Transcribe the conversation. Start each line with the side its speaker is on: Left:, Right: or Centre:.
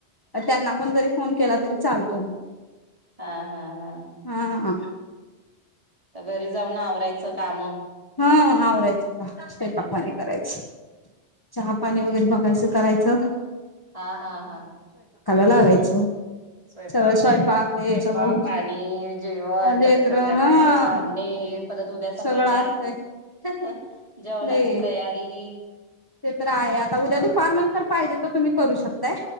Left: त्यांना पण जरी फोन केला तरी चालतो म्हणून
Right: हा हा हा
Left: हा
Right: आता घरी जाउन आवरायचा काम
Left: हा आवरायच पा स्वयंपाक पाणी करायच चहा पाणी वगैरे बघायच करायच
Right: हा हा हा
Left: लागायचं
Right: स्वयंपाक
Left: सगळं
Right: स्वयंपाक
Left: ते सगळं
Right: पाणी जेवण
Left: लेकर
Right: परत संध्याकाळचे
Left: हा
Right: भांडे परत उद्या
Left: सगळं
Right: सकाळच्या
Left: असतंय
Right: <inaudible> जेवणाची
Left: लय
Right: तयारी
Left: ते तर आहे आता उद्या दुपारनंतर पाहिजे तर तुम्ही करू शकताय.